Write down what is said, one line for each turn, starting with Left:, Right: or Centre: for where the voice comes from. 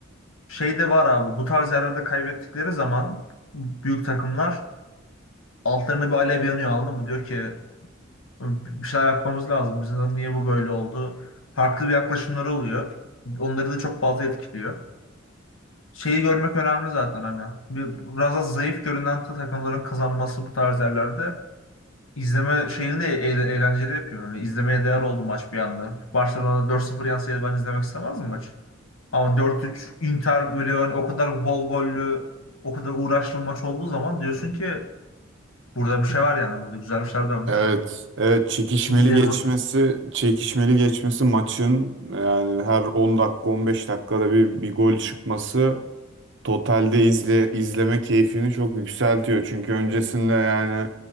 Left: Şey de var abi bu tarz yerlerde kaybettikleri zaman büyük takımlar altlarında bir alev yanıyor anladın mı? Diyor ki bir şeyler yapmamız lazım. Bizim niye bu böyle oldu? Farklı bir yaklaşımları oluyor. Onları da çok fazla etkiliyor. Şeyi görmek önemli zaten hani. Bir- Biraz da zayıf görünen takımların kazanması bu tarz yerlerde izleme şeyini de eğle- eğlenceli yapıyor. Yani izlemeye değer oldu maç bir anda. Barcelona 4-0 yenseydi ben izlemek istemezdim maçı. Ama dört üç Inter böyle yani o kadar bol gollü, o kadar uğraşlı bir maç olduğu zaman diyorsun ki burada bir şey var yani. Burada güzel bir şeyler dönmüş.
Right: Evet, evet çekişmeli
Left: İzleyelim.
Right: geçmesi,
Left: o zaman.
Right: çekişmeli geçmesi maçın yani her 10 dakika 15 dakikada bir bir gol çıkması totalde izle, izleme keyfini çok yükseltiyor. Çünkü öncesinde yani